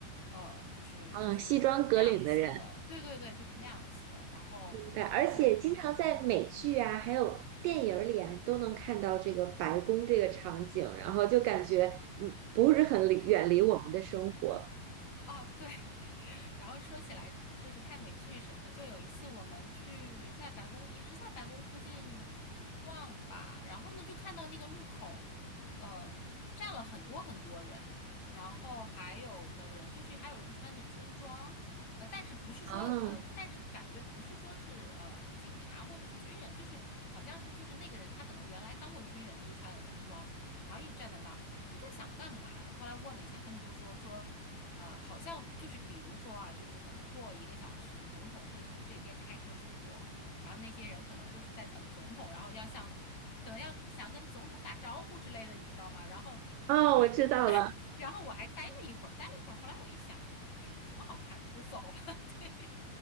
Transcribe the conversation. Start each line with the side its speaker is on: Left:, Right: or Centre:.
Left: 呃，就是就是那样子的，
Right: 嗯，西装革领的人，
Left: 对对对，就是那样子的，然后就嗯。
Right: 明白。而且经常在美剧啊，还有电影儿里啊，都能看到这个白宫这个场景，然后就感觉嗯，不是很离远离我们的生活
Left: 哦对，<laughs> 然后说起来就是看美剧什么的，就有一次我们去在白宫，也是在白宫附近逛吧，然后呢就看到那个路口，呃，站了很多很多人，然后还有的人就是还有人穿着军装，呃，但是不是说呃，
Right: 啊。
Left: 但是感觉不是说是呃警察或者是军人，就是好像是就是那个人他可能原来当过军人，他就穿了个军装，然后一直站在那儿。我在想干嘛呢？后来问了一下，他们就说说，呃，好像就是比如说啊，就是可能过一个小时，总统会从这边开车经过，然后那些人可能就是在等总统，然后要向，可能要想跟总统打招呼之类的，你知道吗？然后我还，
Right: 哦，我知道了。
Left: <laughs> 然后我还待了一会儿，待了一会儿，后来我一想，哎呀，有什么好看的，就走了。<laughs> 对，